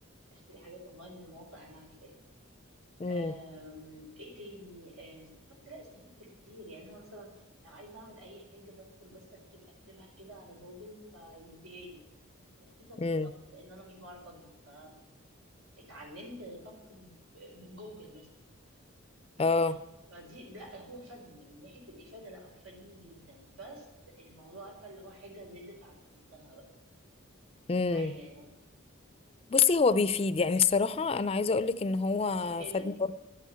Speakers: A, on the right; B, on the left.
A: اشتري حاجات اونلاين من مواقع انا عارفاها
B: امم
A: آم، ايه تاني آه، استفدت لا استفدت كتير يعني انا مثلا لو عايزه اعمل اي حاجه بدخل بس اكتب اكتبها كده على جوجل فيديهاني وخصوصا في
B: امم
A: الطبخ لان انا مش بعرف اطبخ ف اتعلمت طبخ ب- من جوجل مثلا
B: اه
A: فاهماني فدي لا هو فادني من ناحية الإفادة لا هو فادني جدا بس الموضوع عارفة اللي هو حاجة زادت عن حدها بقى
B: امم
A: معايا يعني
B: بصي هو بيفيد يعني الصراحه انا عايزه اقولك ان هو
A: انت فادك
B: فادني برضه